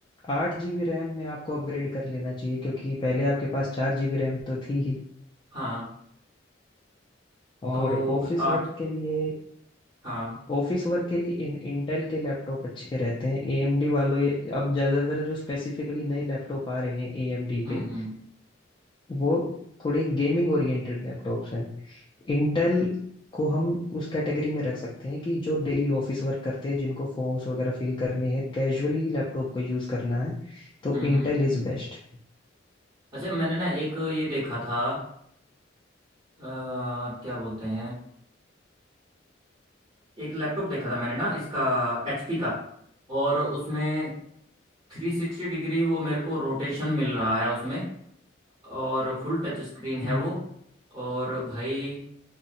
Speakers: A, on the left (about 25°); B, on the right (about 30°).
A: आठ जीबी रैम में आपको अपग्रेड कर लेना चाहिए क्योंकि पहले आपके पास चार जीबी रैम तो थी ही
B: हाँ
A: और
B: तो
A: ऑफिस वर्क
B: आठ
A: के लिए
B: हाँ
A: ऑफिस वर्क के लिए इन, इंटेल के लैपटॉप अच्छे रहते हैं एएमडी वालों अब ज्यादातर जो स्पेसिफिकली नए लैपटॉप आ रहे हैं एएमडी
B: हम्म
A: के
B: हम्म
A: वो थोड़े गेमिंग ओरिएंटेड लैपटॉप्स हैं इंटेल को हम उस कैटेगरी में रख सकते हैं कि जो डेली ऑफिस वर्क करते हैं जिनको फॉर्म्स वगैरह फिल करने हैं कैजुअली लैपटॉप को यूज करना है तो
B: हम्म,
A: इंटेल
B: हम्म।
A: इज बेस्ट
B: अच्छा मैंने ना एक ये देखा था आ, क्या बोलते हैं एक लैपटॉप देखा था मैंने ना इसका एचपी का और उसमें थ्री सिक्सटी डिग्री वो मेरे को रोटेशन मिल रहा है उसमें और फुल टच स्क्रीन है
A: हम्म।
B: वो और भाई